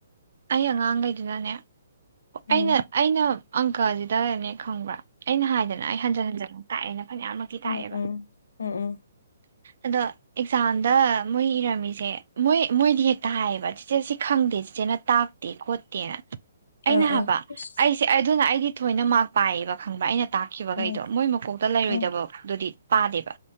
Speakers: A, on the right; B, on the left.
A: ꯑꯩ ꯑꯉꯥꯡꯈꯩꯗꯨꯅꯅꯦ ꯑꯩꯅ
B: ꯎꯝ
A: ꯑꯩꯅ ꯑꯪꯀꯁꯤꯗꯅꯦ ꯈꯪꯕ꯭ꯔꯥ ꯑꯩꯅ ꯍꯥꯏꯗꯅ ꯑꯩ ꯍꯟꯖꯟ ꯍꯟꯖꯟ ꯇꯥꯛꯑꯦꯅ ꯐꯅꯌꯥꯝꯃꯛꯇꯤ
B: ꯎꯝ
A: ꯇꯥꯛꯑꯦꯕ
B: ꯎꯝ ꯎꯝ ꯎꯝ
A: ꯑꯗꯣ ꯑꯦꯛꯖꯥꯝꯗ ꯃꯣꯏ ꯏꯔꯝꯃꯤꯁꯦ ꯃꯣꯏ ꯃꯣꯏꯗꯤ ꯍꯦꯛꯇ ꯍꯥꯏꯌꯦꯕ ꯆꯤꯆꯦ ꯁꯤ ꯈꯪꯗꯦ ꯆꯤꯆꯦ ꯅ ꯇꯥꯛꯇꯦ ꯈꯣꯠꯇꯦꯅ ꯑꯩꯅ
B: ꯑꯥ
A: ꯍꯥꯏꯕ
B: ꯑꯥ ꯏꯁ
A: ꯑꯩꯁꯦ ꯁꯤ ꯑꯗꯨꯅ ꯑꯩꯗꯤ ꯊꯣꯏꯅ ꯃꯥꯔ ꯄꯥꯏꯌꯦꯕ ꯈꯪꯕ ꯑꯩꯅ ꯇꯥꯛꯈꯤꯕꯈꯩꯗꯣ
B: ꯎꯝ
A: ꯃꯣꯏ ꯃꯀꯣꯛ ꯇ ꯂꯩꯔꯣꯏꯗꯕꯗꯨꯗꯤ
B: ꯎꯝ
A: ꯄꯥꯗꯦꯕ